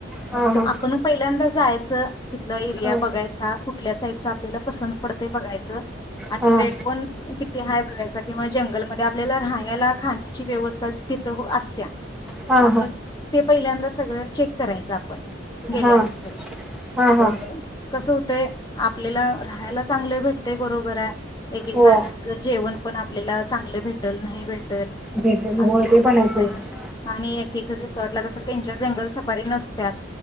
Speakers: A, in the centre; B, on the left.
A: हा
B: मग
A: हा
B: आपण पहिल्यांदा जायचं तिथलं एरिया
A: हा
B: बघायचा कुठल्या साईडच आपल्याला पसंत पडतंय बघायचं आणि
A: हा
B: रेट पण किती हा बघायचा किंवा जंगलमध्ये आपल्याला राहण्याला खाण्याची व्यवस्था तिथं असत्या
A: हा
B: त्यामुळे
A: हा
B: ते पहिल्यांदा सगळं चेक करायचं आपण गेल्यानंतर
A: हा हा हा
B: अ कसं ते आपल्याला राहायला चांगलं भेटते बरोबर आहे एक एक
A: हो
B: जण जेवण पण आपल्याला चांगलं भेटल नाही भेट
A: भेटेल
B: अस
A: होय ते
B: पण असतंय
A: आहे सोड
B: आणि एक एक रिसॉर्ट <unintelligible> त्यांच्या जंगल सफारी नसतात